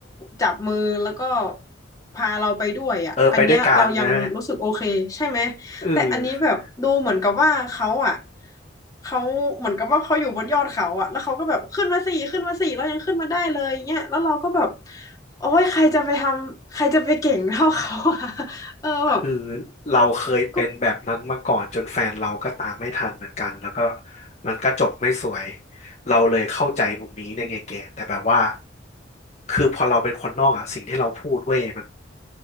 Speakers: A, on the left; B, on the left.
A: จับมือแล้วก็พาเราไปด้วยอ่ะอันเนี้ยเรายังรู้สึกโอเคใช่ไหม
B: เออไปด้วยกันนะเออ
A: แต่อันนี้แบบดูเหมือนกับว่าเขาอ่ะเขาเหมือนกับว่าเขาอยู่บนยอดเขาอ่ะแล้วเขาก็แบบขึ้นมาสี่ขึ้นมาสี่เรายังขึ้นมาได้เลยเงี้ยแล้วเราก็แบบโอ้ยใครจะไปทำใครจะไปเก่งเท่าเขาอะ <laughs> เออแบบ
B: คือเราเคยเป็นแบบนั้นมาก่อนจนแฟนเราก็ตามไม่ทันเหมือนกันแล้วก็
A: ก็
B: มันก็จบไม่สวยเราเลยเข้าใจมุมนี้ในไงแกแต่แบบว่าคือพอเราเป็นคนนอกอ่ะสิ่งที่เราพูดเว้ยมัน